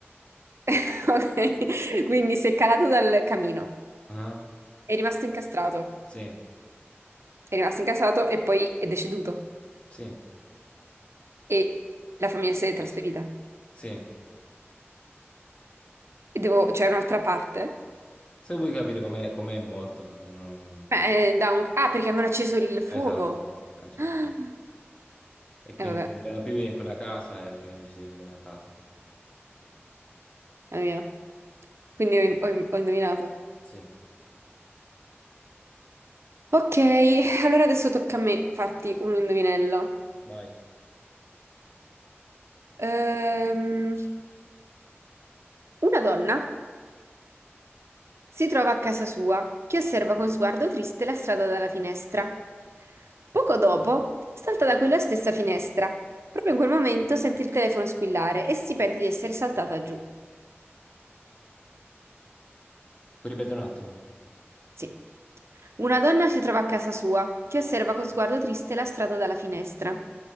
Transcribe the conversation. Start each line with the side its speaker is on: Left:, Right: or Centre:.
Right: <laughs> Ok, quindi si è calato dal camino,
Left: Ah,
Right: è rimasto incastrato,
Left: Sì,
Right: è rimasto incastrato e poi è deceduto.
Left: sì,
Right: E la famiglia si è trasferita.
Left: sì.
Right: E devo, c'è un'altra parte
Left: Se vuoi capire com'è com'è morto, se no non...
Right: Beh, eh, da un- Ah, perché avevano acceso il fuoco.
Left: Esatto. Ah, ci
Right: <gasps>
Left: sei fu- E quindi
Right: Ah, E vabbè,
Left: non potevano più vivere in quella casa e quindi hanno deciso di vendere la casa.
Right: la mia. Quindi ho, ho- ho indovinato.
Left: Sì,
Right: Ok, allora adesso tocca a me farti un indovinello.
Left: vai.
Right: Ehm, una donna si trova a casa sua che osserva con sguardo triste la strada dalla finestra. Poco dopo salta da quella stessa finestra. Proprio in quel momento sente il telefono squillare e si pente di essere saltata giù.
Left: Puoi ripetere un attimo?
Right: Sì. Una donna si trova a casa sua, che osserva con sguardo triste la strada dalla finestra.